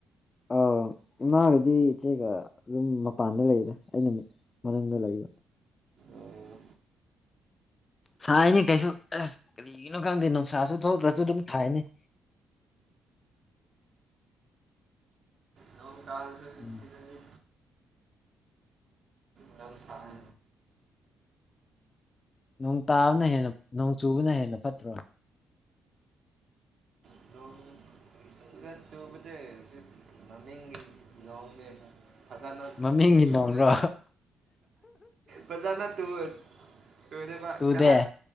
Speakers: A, on the left (about 30°); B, on the right (about 60°).
A: ꯑ ꯏꯃꯥꯒꯗꯤ ꯏꯆꯦꯒ ꯑꯗꯨꯝ ꯃꯄꯥꯟꯗ ꯂꯩꯗ ꯑꯩꯅ ꯃꯔꯝ ꯂꯩꯏꯕ
B: ꯑꯣ
A: ꯁꯥꯏꯅꯤ ꯀꯩꯁꯨ ꯂꯝꯀꯪꯗꯦ ꯅꯨꯡꯁꯥꯁꯨ ꯊꯣꯛꯇ꯭ꯔꯁꯨ ꯑꯗꯨꯝ ꯊꯥꯏꯅꯤ
B: ꯅ ꯀꯥꯔꯁ
A: ꯎꯝ
B: ꯁꯤꯔꯟꯖꯤ ꯌꯥꯝꯕ ꯁꯔ
A: ꯎꯝ ꯅꯣꯡ ꯇꯥꯕꯅ ꯍꯦꯟꯅ ꯅꯣꯡ ꯆꯨꯕꯅ ꯍꯦꯟꯅ ꯐꯠꯇ꯭ꯔꯣꯏ
B: ꯑꯗꯨꯝ ꯁꯤ ꯇꯕꯠꯇꯦ ꯁꯤ ꯅꯃꯤꯒꯦ ꯌꯥꯅꯦ ꯐꯖꯅ
A: ꯃꯃꯤꯡꯒꯤ
B: ꯆꯨꯅꯦꯕ
A: ꯅꯣꯡꯔꯣ
B: ꯐꯖꯥꯅ ꯇꯨ ꯍꯗ ꯄ
A: ꯆꯨꯗꯦ
B: ꯀꯗꯥ
A: ꯑ